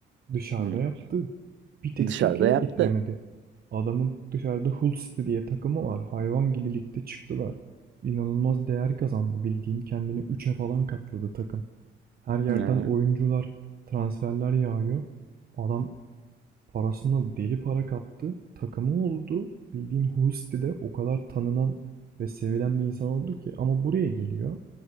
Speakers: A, on the right; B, on the right.
A: Dışarıda
B: hmm,
A: yaptı. Bir tek
B: dışarıda
A: Türkiye'ye
B: yaptı.
A: getiremedi. Adamın dışarıda Hull City diye takımı var. Hayvan gibi ligde çıktılar. İnanılmaz değer kazandı bildiğin. Kendini üçe falan katladı takım. Her yerden
B: Hı.
A: oyuncular, transferler yağıyor. Adam parasına deli para kattı. Takımı oldu. Bildiğin Hull City'de o kadar tanınan ve sevilen bir insan oldu ki. Ama buraya geliyor.